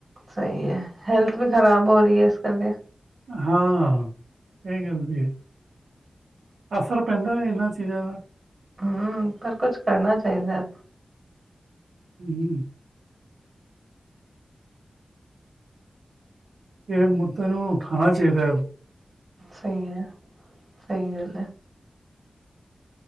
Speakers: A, on the right; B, on the right.
A: ਸਈ ਐ ਹੈਲਥ ਵੀ ਖ਼ਰਾਬ ਹੋ ਰਈ ਏ ਇਸ ਕਰਕੇ।
B: ਹਾਂ ਏ ਗੱਲ ਤੇ ਐ। ਅਸਰ ਪੈਂਦਾ ਇਹਨਾਂ ਚੀਜ਼ਾਂ ਦਾ।
A: ਹੂੰ ਪਰ ਕੁਛ ਕਰਨਾ ਚਾਈਦਾ।
B: ਹੂੰ। ਏ ਮੁੱਦੇ ਨੂੰ ਉਠਾਉਣਾ ਚਾਈਦਾ।
A: ਸਈ ਐ, ਸਈ ਗੱਲ ਐ।